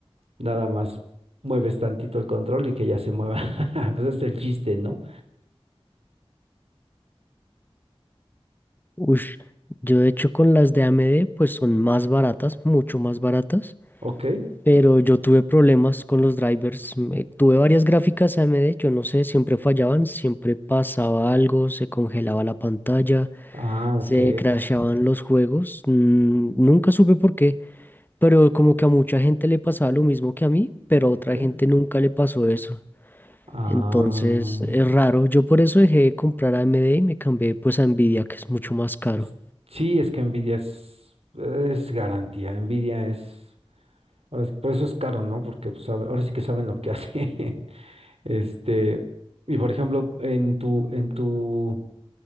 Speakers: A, on the right; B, on the left.
A: nada más mueves tantito el control y que ya se mueva. <laughs> Pues es el chiste, ¿no?
B: Ush, yo de hecho con las de AMD pues son más baratas, mucho más baratas.
A: Ok.
B: pero yo tuve problemas con los drivers. me- tuve varias gráficas AMD, yo no sé, siempre fallaban, siempre pasaba algo, se congelaba la pantalla,
A: Ah, ok.
B: se crashaban los juegos. mm, nunca supe por qué, pero como que a mucha gente le pasaba lo mismo que a mí, pero a
A: Ok.
B: otra gente nunca le pasó eso.
A: Ah,
B: Entonces es raro. Yo por eso dejé de comprar AMD y me cambié pues a Nvidia, que es mucho más caro.
A: es- sí, es que Nvidia es, es garantía. Nvidia es, ahora es- por eso es caro, ¿no? Porque pues, sabe- ahora sí que saben lo que hace. <laughs> Este, y por ejemplo, en tu, en tu,